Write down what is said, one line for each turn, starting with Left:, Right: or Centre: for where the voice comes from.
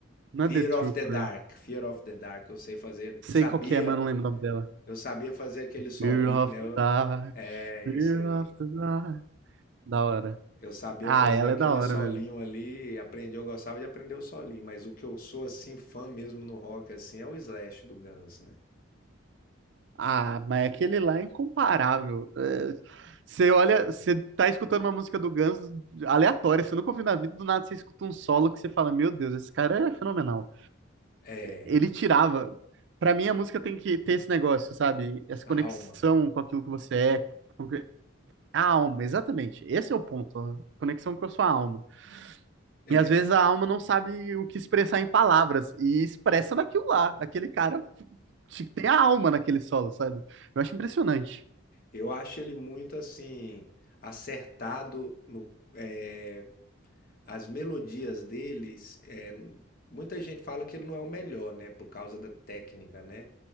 Right: Não
Left: Fear
Right: é The Trooper.
Left: of the Dark, Fear of the Dark, eu sei fazer,
Right: Sei
Left: sabia,
Right: qual que é, mas eu não lembro o nome dela.
Left: eu sabia fazer aquele solinho,
Right: Fear of
Left: né? Eu-
Right: the Dark,
Left: É
Right: Fear
Left: isso aí.
Right: of the Dark. Da hora.
Left: Eu sabia
Right: Ah,
Left: fazer
Right: ela
Left: aquele
Right: é da hora
Left: solinho
Right: mesmo.
Left: ali, aprendi, eu gostava de aprender o solinho, mas o que eu sou assim fã mesmo no rock assim é o Slash do Guns, né?
Right: Ah, mas é aquele lá é incomparável. É, Você olha, você tá escutando uma música do Guns aleatória, você nunca ouviu na vida, do nada você escuta um solo que você fala, meu Deus, esse cara é fenomenal.
Left: É,
Right: Ele tirava. Pra mim, a música tem que ter esse negócio, sabe? Essa
Left: a
Right: conexão
Left: alma.
Right: com aquilo que você é. com que- A alma, exatamente. Esse é o ponto. a Conexão com a sua alma.
Left: É,
Right: E às vezes a alma não sabe o que expressar em palavras, e expressa naquilo lá. Aquele cara f- tem a alma naquele solo, sabe? Eu acho impressionante.
Left: Eu acho ele muito assim acertado no, eh, as melodias deles, é, muita gente fala que ele não é o melhor, né, por causa da técnica, né?